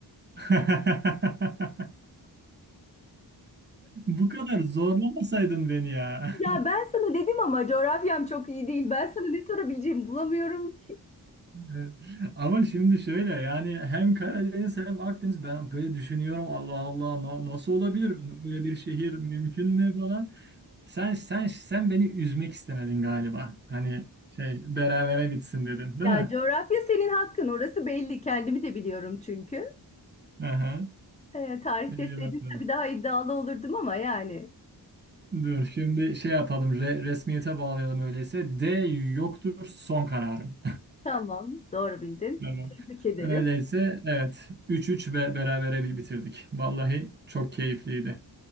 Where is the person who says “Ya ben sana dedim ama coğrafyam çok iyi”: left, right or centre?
Left